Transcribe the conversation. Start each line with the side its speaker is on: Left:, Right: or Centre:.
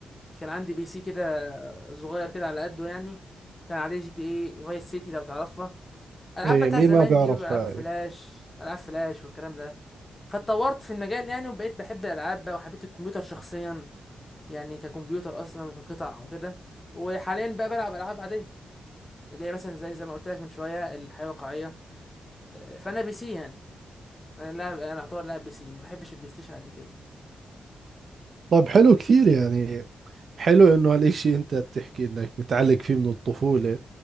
Left: كان عندي بي سي كده صغير كده على قده يعني كان عليه جي تي اي فايس سيتي لو تعرفها العاب
Right: إيه
Left: بتاعت
Right: مين
Left: زمان
Right: ما بيعرف
Left: دي والعاب
Right: هاي
Left: فلاش العاب فلاش والكلام ده فاتطورت في المجال يعني وبقيت بحب الالعاب بقى وحبيت الكمبيوتر شخصيا يعني ككمبيوتر اصلا وكقطع وكده وحاليا بقى بلعب العاب عاديه اللي هي مثلا زي زي ما قلت لك من شويه الحياه الواقعيه آه، فانا بي سي يعني انا لاعب انا اعتبر لاعب بي سي ما بحبش البلاي ستيشن قد كده
Right: طب حلو كثير يعني حلو انه هالشيء انت بتحكي انك متعلق فيه من الطفولة